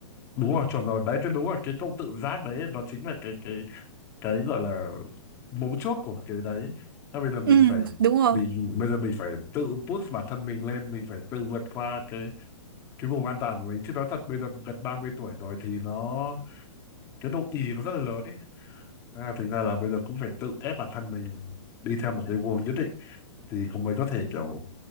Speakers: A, on the left; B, on the right.
A: đúng rồi chuẩn rồi đấy cái đúng là cái câu tự giác đấy nó chính là cái cái cái gọi là mấu chốt của cái đấy Thế bây giờ mình
B: ừ
A: phải
B: đúng rồi
A: mình bây giờ mình phải tự push bản thân mình lên mình phải tự vượt qua cái cái vùng an toàn của mình chứ nói thật bây giờ gần 30 tuổi rồi thì nó cái độ ì nó rất là lớn ấy Thế là thành ra là bây giờ cũng phải tự ép bản thân mình đi theo một cái guồng nhất định thì cũng mới có thể kiểu